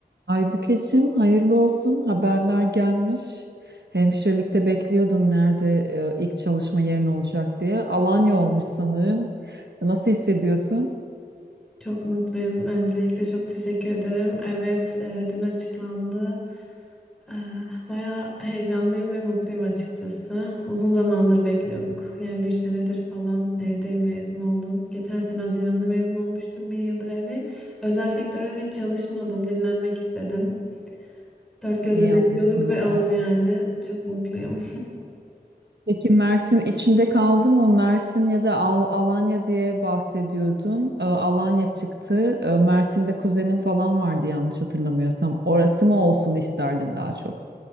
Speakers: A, on the right (about 85°); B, in the centre.
A: Aybükeciğim hayırlı olsun haberler gelmiş. Hemşirelikte bekliyordun nerede e, ilk çalışma yerin olacak diye. Alanya olmuş sanırım. Nasıl hissediyorsun?
B: Çok mutluyum. Öncelikle çok teşekkür ederim. Evet, e, dün açıklandı. E, bayağı heyecanlıyım ve mutluyum açıkçası. Uzun zamandır bekliyorduk. Yani bir senedir falan evdeyim mezun oldum. Geçen sene Haziran'da mezun olmuştum. Bir yıldır evdeyim. Özel sektörde de hiç çalışmadım. Dinlenmek istedim. Dört gözle
A: İyi yapmışsın
B: bekliyorduk ve
A: evet.
B: oldu yani. Çok mutluyum.
A: Peki Mersin içinde kaldı mı? Mersin ya da Al- Alanya diye bahsediyordun. E, Alanya çıktı. E, Mersin'de kuzenin falan vardı yanlış hatırlamıyorsam. Orası mı olsun isterdin daha çok?